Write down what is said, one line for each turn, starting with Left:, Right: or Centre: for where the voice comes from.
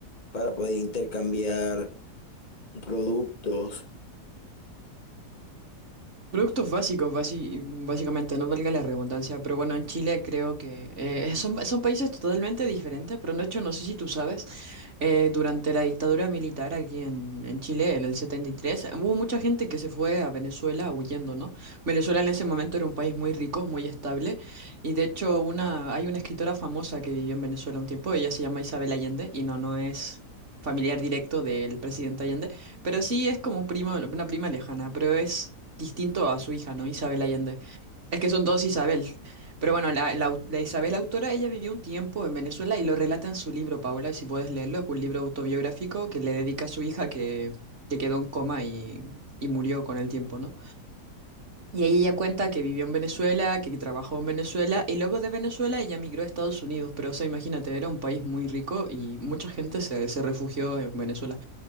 Left: para poder intercambiar productos.
Right: Productos básicos, basi- básicamente, no valga la redundancia, pero bueno, en Chile creo que eh, son, son países totalmente diferentes, pero de hecho no sé si tú sabes, eh, durante la dictadura militar aquí en, en Chile, en el 73 hubo mucha gente que se fue a Venezuela huyendo, ¿no? Venezuela en ese momento era un país muy rico, muy estable, y de hecho una, hay una escritora famosa que vivió en Venezuela un tiempo, ella se llama Isabel Allende, y no, no es familiar directo del presidente Allende. Pero sí es como prima, una prima lejana, pero es distinto a su hija, ¿no? Isabel Allende. Es que son dos Isabel. Pero bueno, la, la au- la Isabel autora, ella vivió un tiempo en Venezuela y lo relata en su libro, Paula, si puedes leerlo. Es un libro autobiográfico que le dedica a su hija que, que quedó en coma y, y murió con el tiempo, ¿no? Y ahí ella cuenta que vivió en Venezuela, que trabajó en Venezuela y luego de Venezuela ella migró a Estados Unidos. Pero o sea, imagínate, era un país muy rico y mucha gente se, se refugió en Venezuela.